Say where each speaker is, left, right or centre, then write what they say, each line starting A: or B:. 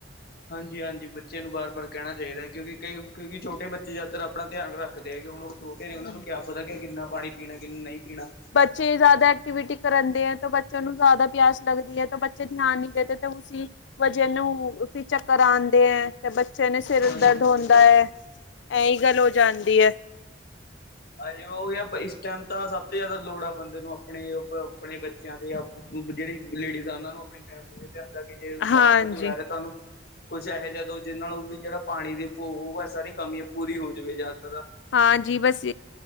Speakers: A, on the left; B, on the left.
A: ਹਾਂਜੀ ਹਾਂਜੀ, ਬੱਚਿਆਂ ਨੂੰ ਵਾਰ ਵਾਰ ਕਹਿਣਾ ਚਾਹੀਦਾ ਕਿਉਂਕਿ ਕਈ ਕਿਉਂਕਿ ਛੋਟੇ ਬੱਚੇ ਜ਼ਿਆਦਾਤਰ ਆਪਣਾ ਧਿਆਨ ਰੱਖਦੇ ਹੈ ਕਿ ਹੁਣ ਛੋਟੇ ਨੇ ਉਹਨਾ
B: ਹਮ
A: ਨੂੰ ਕਿਆ ਪਤਾ, ਕਿ ਕਿੰਨਾ ਪਾਣੀ ਪੀਣਾ ਕਿੰਨਾ ਨਹੀਂ ਪੀਣਾ
B: ਬੱਚੇ ਜ਼ਿਆਦਾ ਐਕਟੀਵਿਟੀ ਕਰਨ ਦਯੈ ਹੈ ਤਾਂ, ਬੱਚੇ ਨੂੰ ਜ਼ਿਆਦਾ ਪਿਆਸ ਲੱਗਦੀ ਹੈ ਤਾਂ ਬੱਚੇ ਧਿਆਨ ਨਹੀਂ ਦੇਦੇ ਅਤੇ ਉਸਂ ਬੱਚਿਆਂ ਨੂੰ, ਫਿਰ ਚੱਕਰ ਆਉਂਦੇ ਹੈ। ਤੇ ਬੱਚਿਆਂ ਨੂੰ ਸਿਰ
A: ਹਾਂਜੀ
B: ਦਰਦ
A: ਹਾਂਜੀ
B: ਹੁੰਦਾ ਹੈ, ਇਹੀ ਗੱਲ ਹੋ ਜਾਂਦੀ ਹੈ-
A: ਹਾਂਜੀ ਉਹੀ ਇਸ ਟਾਈਮ ਤਾਂ ਸਭ ਤੋਂ ਜ਼ਿਆਦਾ ਲੋੜ ਆ ਬੰਦੇ ਨੂੰ! ਆਪਣੇ ਆਪਣੇ ਬੱਚਿਆਂ ਦੇ, ਆਪ ਜਿਹੜੇ ਲੇਡੀਜ਼ ਆ ਉਹਨਾਂ ਨੂੰ ਆਪਣੀ ਫੈਮਿਲੀ ਦੇ ਜਿਆਦਾ ਜੇ
B: ਹਾਂਜੀ
A: ਬਾਹਰ ਤੋਂ ਕੋਈ ਆ ਰਿਹਾ, ਤੁ ਉਹਾਨੂੰ ਕੁਛ ਇਹੋ ਜਿਹਾ ਦੋ ਜਿਹ ਨਾਲ ਉਹਦੀ ਜਿਹੜਾ ਪਾਣੀ ਦੀ ਉਹ ਸਾਰੀ ਕਮੀ ਪੂਰੀ ਹੋ ਜਾਵੇ, ਜਦ
B: ਹਾਂਜੀ, ਬਸ